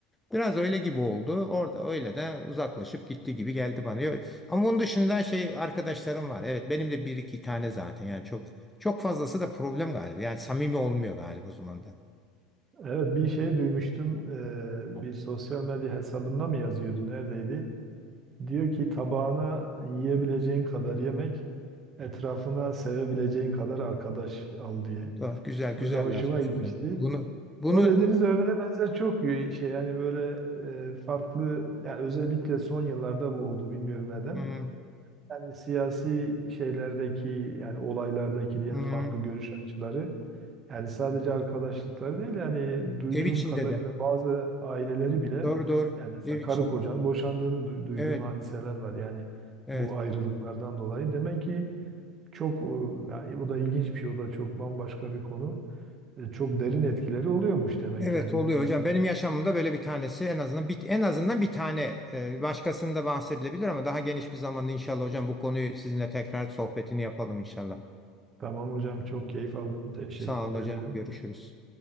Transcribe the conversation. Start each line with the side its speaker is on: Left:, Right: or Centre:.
Centre: Biraz öyle gibi oldu. Orada öyle de uzaklaşıp gitti gibi geldi bana. Yo- Ama onun dışında şey arkadaşlarım var. Evet benim de bir iki tane zaten. Yani çok çok fazlası da problem galiba. Yani samimi olmuyor galiba o zaman da.
Right: Evet bir şey duymuştum. Ee, bir sosyal medya hesabında mı yazıyordu? Neredeydi? Diyor ki tabağına yiyebileceğin kadar yemek, etrafına sevebileceğin kadar arkadaş al diye.
Centre: Doğru, güzel güzel
Right: Böyle hoşuma
Centre: laf
Right: gitmişti.
Centre: hocam. Bunu bunu
Right: O dediğiniz örneğe benzer çok y- şey yani böyle e, farklı yani özellikle son yıllarda bu oldu bilmiyorum neden.
Centre: hmm,
Right: Yani siyasi şeylerdeki yani olaylardaki diyelim
Centre: hmm,
Right: farklı görüş açıları yani sadece arkadaşlıkları değil yani duyduğum
Centre: ev içinde
Right: kadarıyla
Centre: de.
Right: bazı aileleri bile
Centre: Doğru doğru.
Right: yani mesela
Centre: Ev için.
Right: karı kocanın boşandığını du- duyduğum
Centre: Evet.
Right: hadiseler var. Yani
Centre: Evet.
Right: bu ayrılıklardan dolayı. Demek ki çok e, yani o da ilginç bir şey o da çok bambaşka bir konu. E, Çok derin etkileri oluyormuş demek
Centre: Evet
Right: yani
Centre: oluyor
Right: bunun
Centre: hocam.
Right: da.
Centre: Benim yaşamımda böyle bir tanesi en azından bir, en azından bir tane e, başkasında bahsedilebilir ama daha geniş bir zamanda inşallah hocam bu konuyu sizinle tekrar sohbetini yapalım inşallah.
Right: Tamam hocam çok keyif aldım. Teşekkür
Centre: Sağ olun hocam.
Right: ederim.
Centre: Görüşürüz.